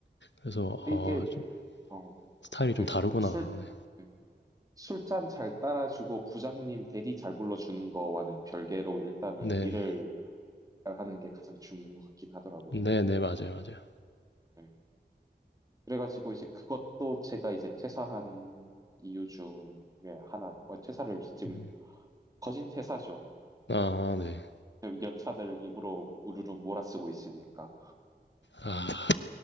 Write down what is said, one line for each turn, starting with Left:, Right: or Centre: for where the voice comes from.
Left: 그래서
Right: 근데
Left: 아
Right: 이게,
Left: 좀
Right: 어,
Left: 스타일이
Right: 그,
Left: 좀 다르구나.
Right: 술,
Left: 네,
Right: 네. 술잔 잘 따라주고 부장님 대리 잘 불러주는 거와는 별개로 일단은
Left: 네,
Right: 일을 잘 하는 게 가장 중요한 것 같긴 하더라고요,
Left: 네, 네, 네,
Right: 결국에는.
Left: 맞아요, 맞아요.
Right: 네. 그래가지고 이제 그것도 제가 이제 퇴사한 이유 중에 하나, 어, 퇴사를 지금
Left: 음.
Right: 거진 퇴사죠.
Left: 아, 네.
Right: 연차들 입으로 우르르 몰아쓰고 있으니까.
Left: 아,